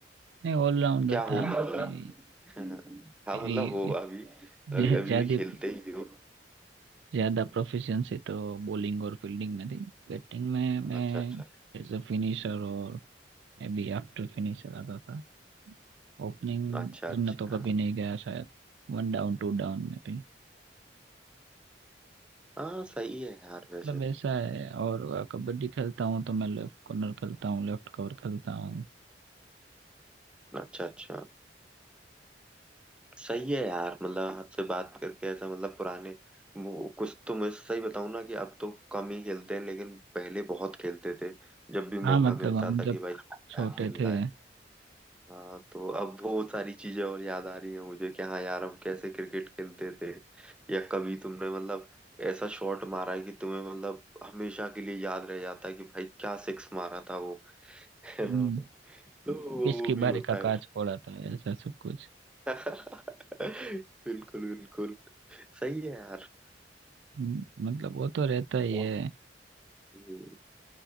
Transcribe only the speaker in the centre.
क्या हो
मतलब
<laughs> हाँ
मतलब हो अभी अभी
अभी भी खेलते ही हो
अच्छा अच्छा
अच्छा
अच्छा
हाँ सही है यार वैसे
अच्छा अच्छा सही है यार मतलब आपसे बात करके ऐसा मतलब पुराने वो कुछ तो मैं सही बताऊं ना कि अब तो कम ही खेलते हैं लेकिन पहले बहुत खेलते थे जब भी
मौका
मिलता
था
कि भाई खेलना
है खेलना
है हाँ तो अब वो सारी चीजें और याद आ रही है मुझे कि हाँ यार हम कैसे क्रिकेट खेलते थे या कभी तुमने मतलब ऐसा शॉट मारा है कि तुम्हें मतलब हमेशा के लिए याद रह जाता है कि भाई क्या सिक्स मारा था वो है
ना तो वो
भी
होता
है
<laughs> बिल्कुल बिल्कुल सही है यार
वो-
हम्म,